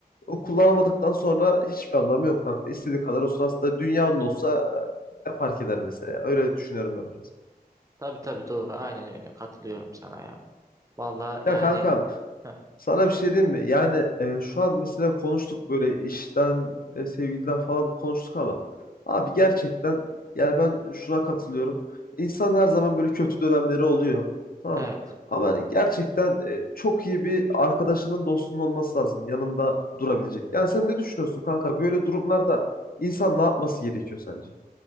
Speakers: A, on the left; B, on the right.
A: o kullanamadıktan sonra hiçbir anlamı yok kanka. İstediği kadar olsun aslında dünyanın olsa e, ne fark eder mesela. Öyle düşünüyorum ben biraz.
B: Tabii tabii doğru. Aynen öyle. Katılıyorum sana ya. Vallahi
A: Ya
B: yani
A: kankam
B: heh,
A: Sana bir şey diyeyim mi? Yani e, şu an mesela konuştuk böyle işten, e, sevgiliden falan konuştuk ama abi gerçekten yani ben şuna katılıyorum. İnsan her zaman böyle kötü dönemleri oluyor. Tamam.
B: evet.
A: Ama gerçekten e, çok iyi bir arkadaşının dostunun olması lazım. Yanında durabilecek. Yani sen ne düşünüyorsun kanka? Böyle durumlarda insan ne yapması gerekiyor sence?